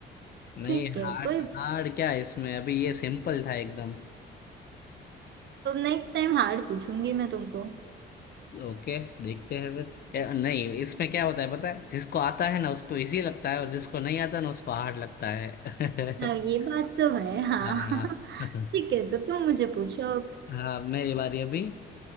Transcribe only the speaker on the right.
ठीक है
कोई
नेक्स्ट टाइम हार्ड पूछूंगी मैं तुमको
हाँ
ये बात तो है हाँ
<laughs>
ठीक है तो तुम मुझे पूछो अब